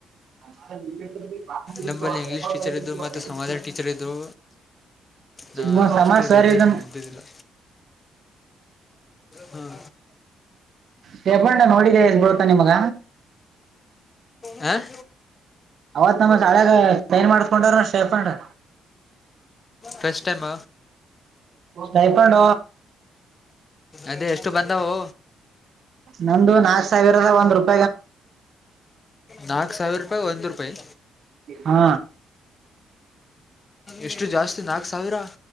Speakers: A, on the right (about 60°); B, on the left (about 30°).
A: <unintelligible>
B: ನಮ್ಮಲ್ಲಿ ಇಂಗ್ಲೀಷ್ ಟೀಚರ್ ಇದ್ದರು ಮತ್ತು ಸಮಾಜ ಟೀಚರ್ ಇದ್ದರು ನಾ
A: ಮ ಸಮಾ
B: ಅಷ್ಟು
A: ಸರಿಗ
B: ಡೇಂಜರ್ಸ್
A: <unintelligible>
B: ಇದ್ದಿದ್ದಿಲ್ಲ ಹಾಂ
A: ಹೇಬಣ್ಣ ನೋಡಿದ್ದ ಎಸ್ ಬಳ್ತಾ ನಿಮಗ
B: ಹಾಂ
A: ಅವತ್ ನಮ ಶಾಳಾಗ ಸೈನ್ ಮಾಡಸ್ಕೊಂಡ್ರ ಸೇಫಂಡ್ರ
B: ಫಸ್ಟ್ ಟೈಮ್
A: ಸೈಫಾಡ
B: ಅದೇ ಎಷ್ಟು ಬಂದವು
A: ನಂದು ನಾಕು ಸಾವಿರದ ಒಂದ್ ರೂಪಾಯಿ
B: ನಾಕ್ ಸಾವಿರ ರೂಪಾಯಿ ಒಂದು ರೂಪಾಯಿ
A: ಹಾ
B: ಎಷ್ಟು ಜಾಸ್ತಿ ನಾಕ್ ಸಾವಿರ